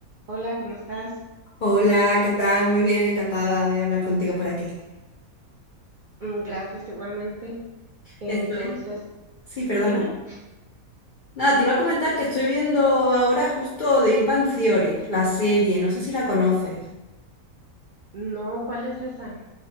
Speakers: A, on the right; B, on the left.
A: Hola, ¿cómo estás?
B: Hola, ¿qué tal? Muy bien, encantada de hablar contigo por aquí.
A: Mm, Gracias, igualmente. Entonces,
B: Estoy. Sí, perdona.
A: dime,
B: Nada, te iba a comentar que estoy viendo ahora justo de Ivan Theory, la serie, no sé si la conoces.
A: no, ¿cuál es esa?